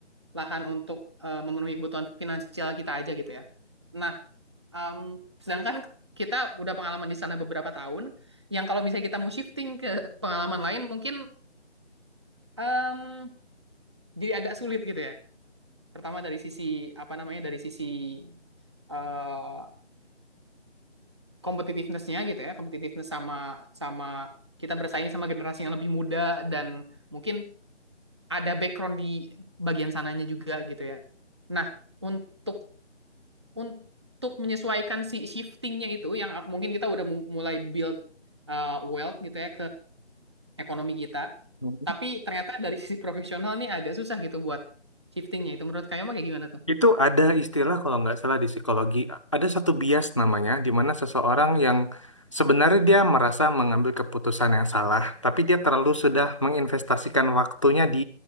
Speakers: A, on the right; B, on the left.
A: lahan untuk eh, memenuhi kebutuhan finansial kita aja gitu ya nah Um, sedangkan kita udah pengalaman di sana beberapa tahun, yang kalau misalnya kita mau shifting ke pengalaman lain mungkin um, jadi agak sulit gitu ya. Pertama dari sisi apa namanya dari sisi uh, competitiveness-nya gitu ya, competitiveness sama sama kita bersaing sama generasi yang lebih muda dan mungkin ada background di bagian sananya juga gitu ya. Nah, untuk untuk menyesuaikan si shiftingnya itu yang mungkin kita udah mulai build uh, wealth gitu ya ekonomi kita.
B: Hmm.
A: Tapi ternyata dari sisi profesional nih agak susah gitu buat shiftingnya. Itu menurut kamu kayak gimana tuh?
B: Itu ada istilah kalau nggak salah di psikologi, ada satu bias namanya, di mana seseorang yang sebenarnya dia merasa mengambil keputusan yang salah, tapi dia terlalu sudah menginvestasikan waktunya di